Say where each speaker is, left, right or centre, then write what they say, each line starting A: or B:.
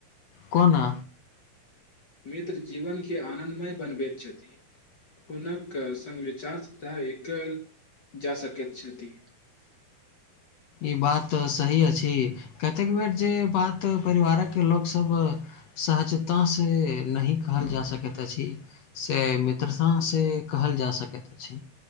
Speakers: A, on the left; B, on the left.
A: कोना
B: मित्र जीवनके आनन्दमय बनबैत छथि हुनक सङ्ग विचार सँ एकल जा सकैत छथि
A: ई बात सही अछि कतेक बेर जे बात परिवारक के ल सब सहजता से नहि कहल जा सकैत अछि से मित्र हँ से कहल जा सकैत अछि